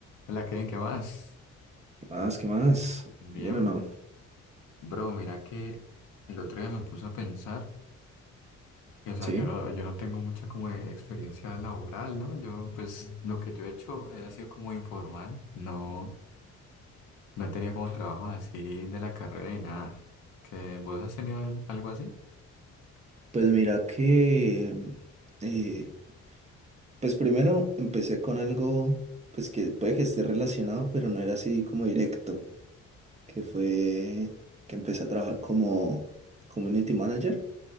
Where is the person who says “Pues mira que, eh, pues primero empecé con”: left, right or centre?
Right